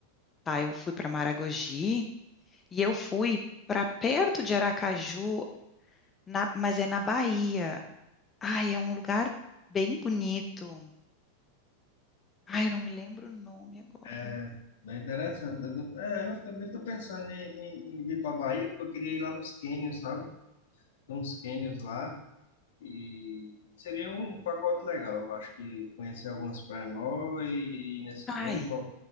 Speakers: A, on the left (about 20°); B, on the left (about 55°).
A: tá? Eu fui para Maragogi e eu fui para perto de Aracaju, na- mas é na Bahia. Ai, é um lugar bem bonito. Ai, eu não me lembro o nome agora.
B: É, bem interessante. Eu, tô- é, eu também estou pensando em, em, em vir para a Bahia, porque eu queria ir lá nos cânions, sabe? Tem uns cânions lá e seria um pacote legal. Eu acho que conhecer algumas praias novas e ir nesse cânion.
A: Ai,
B: e voltar.